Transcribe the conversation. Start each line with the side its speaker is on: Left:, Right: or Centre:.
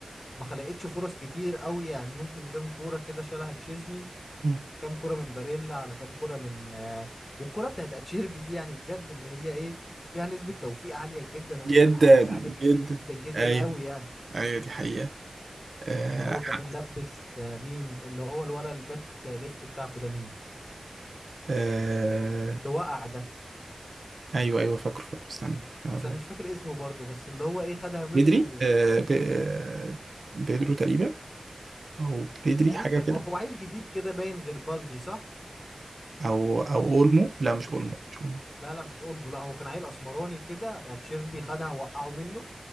Left: ما خلقتش فرص كتير قوي يعني ممكن كام كورة كده شالها تشيزني
Right: مم.
Left: كام كرة من باريلا على كام كرة من آه، والكرة بتاعت اتشيربي دي يعني بجد اللي هي ايه فيها نسبة توفيق عالية جدا ونسبة
Right: جدا
Left: حظ عالية
Right: جدا
Left: جدا جدا
Right: ايوه
Left: جدا قوي يعني
Right: ايوه دي حقيقه آه
Left: اللي هو كمان
Right: ح-
Left: لبس آه، مين اللي هو الولا الباك ليفت بتاعكو ده مين
Right: آه
Left: اللي وقع ده
Right: ايوه ايوه فاكره فاكره استنى اقول
Left: بس انا
Right: لك
Left: مش فاكر اسمه برضه بس اللي هو ايه خدها منه
Right: بدري آه ب... آه، بيدرو تقريبا او بدري
Left: تقريبا
Right: حاجه كده
Left: اه هو عيل جديد كده باين غير بالدي صح
Right: او او اولمو لا مش اولمو مش اولمو
Left: لا لا مش اولبو لا هو كان عيل اسمراني كده اتشيربي خدها وقعه منه